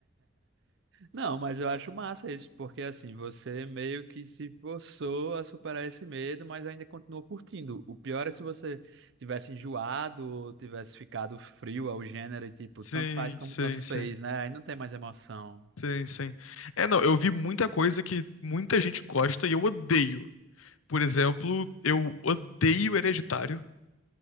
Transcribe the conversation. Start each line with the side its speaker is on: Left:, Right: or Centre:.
Right: Não, mas eu acho massa isso, porque assim, você meio que se forçou a superar esse medo, mas ainda continua curtindo. O pior é se você tivesse enjoado ou tivesse ficado frio ao gênero e tipo,
Left: Sim,
Right: tanto faz como
Left: sim,
Right: tanto fez,
Left: sim.
Right: né? Aí não tem mais emoção.
Left: Sim, sim. É, não, eu vi muita coisa que muita gente gosta e eu odeio. Por exemplo, eu odeio Hereditário.